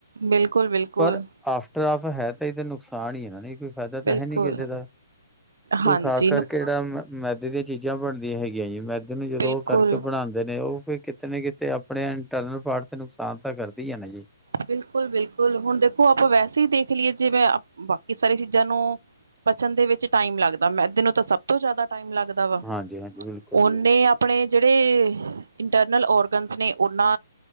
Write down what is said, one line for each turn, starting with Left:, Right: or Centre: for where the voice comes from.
Right: ਬਿਲਕੁਲ ਬਿਲਕੁਲ
Centre: ਪਰ ਆਫਟਰ ਆਫ ਹੈ ਤਾਂ ਇਹ ਤਾਂ ਨੁਕਸਾਨ ਹੀ ਹੈ ਨੇ ਕੋਈ ਫਾਇਦਾ ਤਾਂ
Right: ਬਿਲਕੁਲ
Centre: ਹੈ ਨੀ ਕਿਸੇ ਦਾ ਕੋਈ
Right: ਹਾਂਜੀ
Centre: ਖਾਸ ਕਰਕੇ
Right: ਨੁਕ
Centre: ਜਿਹੜਾ ਮ ਮੈਦੇ ਦੀਆਂ ਚੀਜ਼ਾਂ ਬਣ ਹੈਗੀਆਂ ਜੀ ਮੈਦੀ ਨੂੰ ਜਦੋਂ
Right: ਬਿਲਕੁਲ
Centre: ਉਹ ਕਰਕੇ ਬਣਾਉਂਦੇ ਨੇ ਉਹ ਫ ਕਿਤੇ ਕਿਤੇ ਆਪਣੇ ਇੰਟਰਨਲ ਪਾਰਟ ਤੇ ਨੁਕਸਾਨ ਤਾਂ ਕਰਦੀ ਹੈ ਨਾ ਜੀ
Right: ਬਿਲਕੁਲ ਬਿਲਕੁਲ ਹੁਣ ਦੇਖੋ ਆਪਾਂ ਵੈਸੇ ਹੀ ਦੇਖ ਲਈਏ ਜਿਵੇਂ ਬਾਕੀ ਸਾਰੀ ਚੀਜ਼ਾਂ ਨੂੰ ਪਚਣ ਦੇ ਵਿੱਚ ਟਾਈਮ ਲੱਗਦਾ ਮੈਂ ਤਨ ਤਾਂ ਸਭ ਤੋਂ ਜ਼ਿਆਦਾ ਟਾਈਮ ਲੱਗਦਾ ਵਾ
Centre: ਹਾਂਜੀ ਹਾਂਜੀ ਬਿਲਕੁਲ
Right: ਉਹਓਨੇ
Centre: ਜੀ ਬਿਲਕੁਲ
Right: ਆਪਣੇ ਜਿਹੜੇ ਇੰਟਰਨਲ ਔਰ ਨੇ ਨਾ